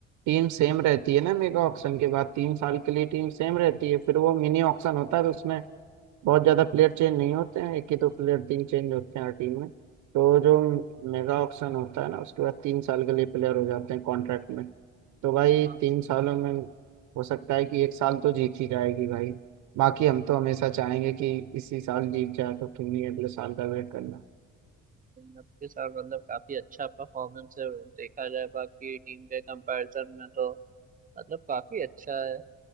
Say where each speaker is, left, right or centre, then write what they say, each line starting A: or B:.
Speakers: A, on the right (about 80°); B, on the right (about 30°).
A: टीम सेम रहती है ना मेगा ऑक्शन के बाद तीन साल के लिए टीम सेम रहती है फिर वो मिनी ऑक्शन होता है तो उसमें बहुत ज्यादा प्लेयर चेंज नहीं होते हैं एक ही दो प्लेयर तीन चेंज होते हैं हर टीम में तो जो मेगा ऑक्शन होता है ना उसके बाद तीन साल के लिए प्लेयर हो जाते हैं कॉन्ट्रैक्ट में तो भाई
B: हाँ
A: तीन सालों में हो सकता है कि एक साल तो जीत ही जाएगी भाई बाकी हम तो हमेशा चाहेंगे कि इसी साल जीत जाए तो क्यों नहीं अगले साल का वेट करना
B: अब के साथ मतलब काफी अच्छा परफॉर्मेंस है देखा जाए बाकी टीम के कंपैरिजन में तो मतलब काफी अच्छा है